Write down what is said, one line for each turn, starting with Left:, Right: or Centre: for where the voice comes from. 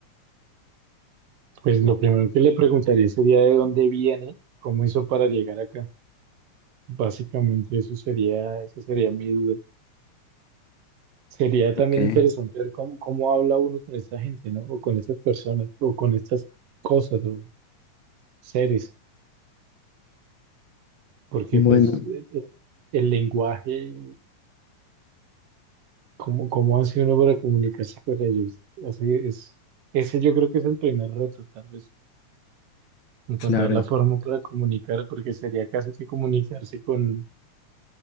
Right: Pues lo primero que le preguntaría sería de dónde viene, cómo hizo para llegar acá. Básicamente eso sería, esa sería mi duda. Sería
Left: Ok,
Right: también interesante ver cómo, cómo habla uno con esta gente, ¿no? O con estas personas, o con estas cosas o seres, porque
Left: bueno,
Right: pues el el lenguaje ¿Cómo, cómo hace uno para comunicarse con ellos? Así es, ese yo creo que es el primer reto, tal vez, encontrar
Left: claro.
Right: la forma para comunicar, porque sería casi que comunicarse con,